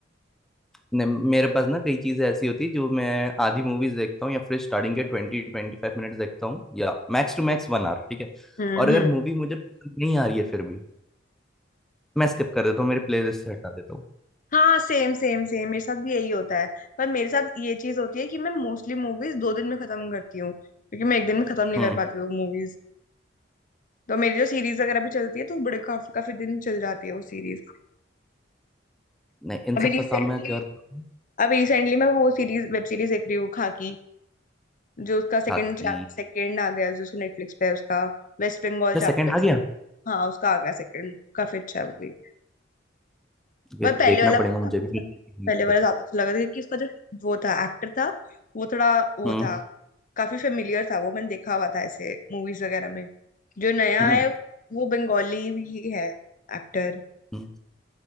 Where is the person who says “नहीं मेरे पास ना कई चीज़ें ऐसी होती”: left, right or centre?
Centre